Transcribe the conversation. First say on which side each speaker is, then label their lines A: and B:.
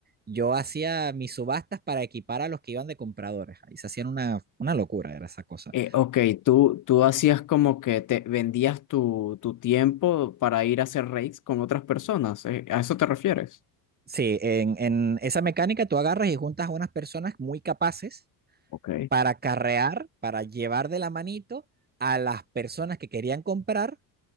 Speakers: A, on the right (about 20°); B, on the left (about 45°).
A: Yo hacía mis subastas para equipar a los que iban de compradores. Ahí se hacían una, una locura, era esa cosa.
B: Eh, ok, tú, tú hacías como que te vendías tu, tu tiempo para ir a hacer raids con otras personas. eh, ¿A eso te refieres?
A: Sí, en, en esa mecánica tú agarras y juntas a unas personas muy capaces
B: Ok.
A: para carrear, para llevar de la manito a las personas que querían comprar